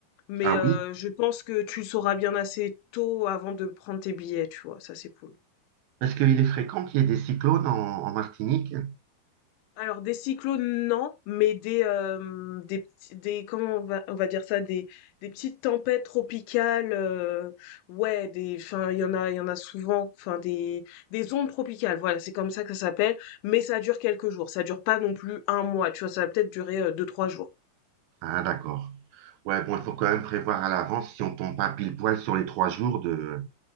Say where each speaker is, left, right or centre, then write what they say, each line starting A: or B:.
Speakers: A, on the left (about 85°); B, on the right (about 80°).
A: Mais
B: Ah
A: euh,
B: oui,
A: je pense que tu le sauras bien assez tôt avant de prendre tes billets, tu vois, ça c'est cool.
B: parce qu'il est fréquent qu'il y ait des cyclones en, en Martinique.
A: Alors des cyclones, non, mais des euh, des petits- des comment on va on va dire ça des des petites tempêtes tropicales euh, ouais des enfin il y en a il y en a souvent enfin des des ondes tropicales voilà c'est comme ça que ça s'appelle mais ça dure quelques jours ça dure pas non plus un mois tu vois ça va peut-être durer euh, deux trois jours
B: Ah d'accord. Ouais, bon, il faut quand même prévoir à l'avance si on tombe pas pile poil sur les trois jours de,